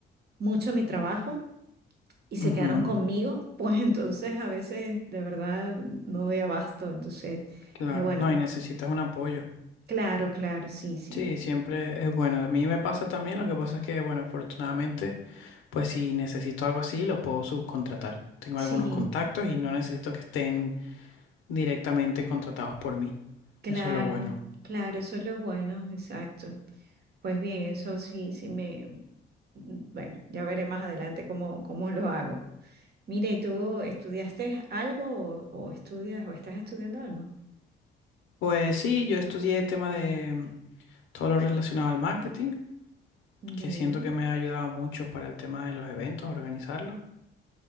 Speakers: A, on the right; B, on the left.
A: mucho mi trabajo y se
B: Ujú,
A: quedaron conmigo, <laughs> pues entonces a veces de verdad no doy abasto. Entonces
B: claro.
A: dije, bueno,
B: No, y necesitas un apoyo.
A: claro, claro, sí, sí.
B: Sí, siempre es bueno. A mí me pasa también, lo que pasa es que, bueno, afortunadamente, pues si necesito algo así, lo puedo subcontratar. Tengo
A: Sí,
B: algunos contactos y no necesito que estén directamente contratados por mí.
A: claro,
B: Eso es lo bueno.
A: claro, eso es lo bueno, exacto. Pues bien, eso sí, sí me... Bueno, ya veré más adelante cómo, cómo lo hago. Mire, ¿y tú estudiaste algo o, o estudias o estás estudiando algo?
B: Pues sí, yo estudié tema de mm, todo lo relacionado al marketing,
A: Bien.
B: que siento que me ha ayudado mucho para el tema de los eventos, organizarlos.